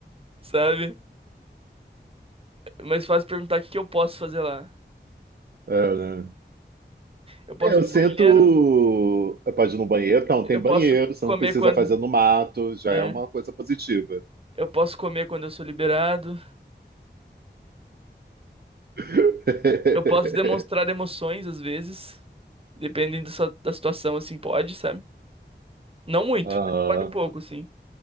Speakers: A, on the right; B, on the right.
A: sabe? Mas fácil perguntar o que que eu posso fazer lá.
B: É, né?
A: Eu posso
B: É, Eu
A: ir no
B: sinto.
A: banheiro,
B: Pode ir no banheiro? Então,
A: eu
B: tem
A: posso
B: banheiro, você
A: comer
B: não precisa
A: quando.
B: fazer no mato, já
A: É,
B: é uma coisa positiva.
A: eu posso comer quando eu sou liberado.
B: <laughs>
A: Eu posso demonstrar emoções às vezes, dependendo da sua- da situação, assim, pode, sabe? Não muito,
B: Ah,
A: mas pode um pouco, sim,